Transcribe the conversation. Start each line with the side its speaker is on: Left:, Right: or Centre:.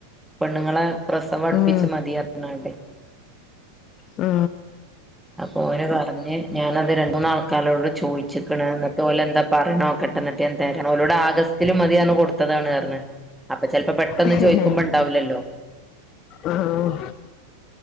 Centre: പെണ്ണുങ്ങളെ പ്രസവം അടുപ്പിച്ച്
Left: ഉം
Centre: മതി അ ർഞ്കാണ്ടേ
Left: ആ
Centre: അപ്പൊ ഓന് പറഞ്ഞ് ഞാന് അത് രണ്ട് മൂന്ന് ആൾക്കാരോട് ചോയിച്ച്ക്ക്ണ് എന്നിട്ട് ഓലെന്താ പറിണത് ക്കട്ടെ എന്നിട്ട് ഞാൻ തരാ ഓലോടെ ആഗസ്റ്റ്ല് മതിന്ന് കൊടുത്തതാണ് പറഞ് അപ്പൊ ചിലപ്പോ പെട്ടന്ന്
Left: ഉം
Centre: ചോയ്ക്കുമ്പം ഉണ്ടാവ്ല്ലല്ലോ
Left: ഉം